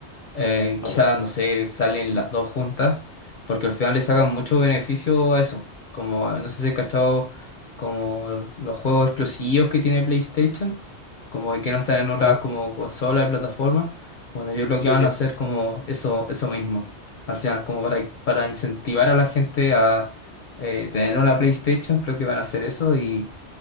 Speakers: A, on the left; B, on the right.
A: Eh,
B: claro.
A: quizás, no sé, salen las dos juntas, porque al final le sacan mucho beneficio a eso. Como, no sé si he cachado, como los, los juegos exclusivos que tiene PlayStation, como de que no están en otras
B: Ajá,
A: como consolas y plataformas. Bueno, yo creo
B: sí,
A: que van
B: sí.
A: a hacer como eso, eso mismo. Al final, como para, para incentivar a la gente a eh, tener una PlayStation, creo que van a hacer eso y,